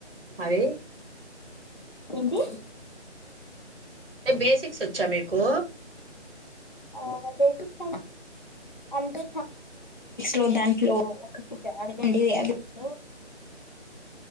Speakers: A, on the right; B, on the left.
A: అవి
B: ఏంటి
A: అంటే బేసిక్స్ వచ్చా మీకు
B: ఆ బేసిక్స్ అంటే లో దాంట్లో ఒకటీ అడగండి అది ఒచ్చ